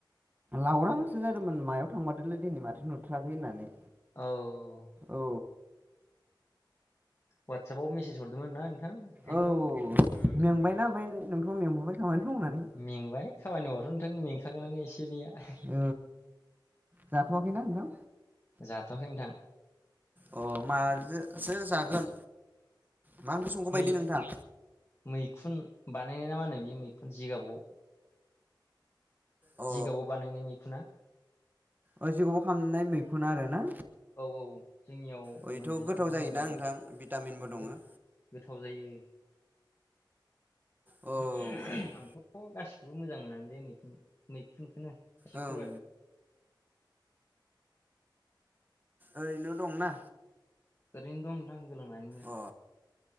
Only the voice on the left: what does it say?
औ औ
वाट्सपाव मेसेज हरदोंमोन ना नोंथां ओंखायनोथ'
ओम
ओम
मेंबाय खामानि मावबाथ' नोंथां मेंखागोनानो एसे एनैआ
जाथ'आखै नोंथां
मै
मैखुन बानायनाय ना मा होनो बे मैखुन जिगाबाव
जिगाबाव बानायनाय मैखुना
औ औ जोंनियाव
मोनजा
मोनो
बाजाराव
गोथाव जायो
<unintelligible> आंथ' गासि <unintelligible> मोजां मोननानै बे मैखुन मैखुनखौनो शिबकुमार
ओरैनो दं नोंथां गोलांनानैनो